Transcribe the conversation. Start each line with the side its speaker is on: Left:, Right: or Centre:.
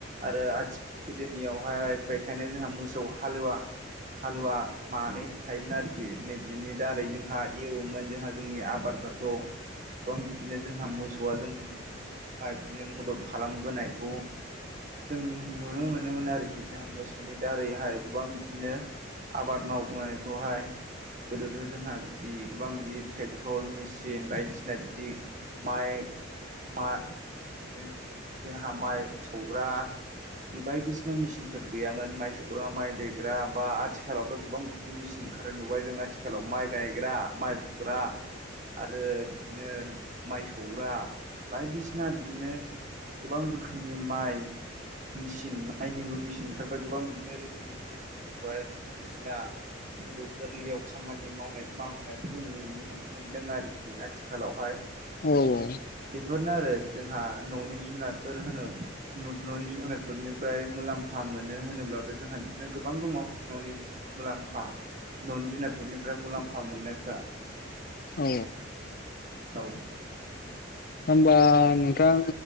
Right: आरो आथि गोदोनियाव बहाय बेखायनो जोंहा मोसौ हालुवा हालुवा मानै थायोमोन आरोखि नै बिनि दारै जोंहा एवोमोन जोंहा जोंनि आबादफोरखौ गोबां बिदिनो जोंहा मोसौआ जों जोंखौहाय बिदिनो मदद खालामबोनायखौ जों नुनो मोनोमोन आरोखि जोंहा मोसौनि दारैहाय गोबां बिदिनो। आबाद मावनायखौहाय गोदोथ' जोंहा बिदि गोबां बिदि ट्रेक्टर मेसिन बायदिसिना बिदि माइ मा बिदिनो बिदि जोंहा माइ सौग्रा दि बायदिसिना मेसिनफोर गैयामोन माइ सौग्रा माइ दैेग्रा बा आथिखालावथ' गोबां बि मेसिन ओंखार नुबाय जों आथिखालाव माइ गायग्रा माइ फुग्रा आरो बिदिनो माइ सौग्रा बायदिसिना बिदिनो गोबां रोखोमनि माइ मेचिन माइनिबो मेचिन ओंखारबाय गोबां बिदिनो रोखोमनि जिहेथु जोंखौहाय मेचना जोंखौ गोरलैयाव खामानि मावनाय माव होनाय जों नुनो मोनदों आरोखि आथिखालावहाय
Left: औ औ
Right: बेफोरनो आरो जोंहा न'नि जुनारफोर होनो न' न'नि जुनारफोरनिफ्राय मुलाम्फा मोनो। मानो होनोब्ला बे जोंहा बिदिनो गोबां दङ न'नि मुलाम्फा न'नि जुनारफोरनिफ्राय मुलाम्फा मोननायफ्रा
Left: औ।
Right: औ।
Left: होमबा नोंथां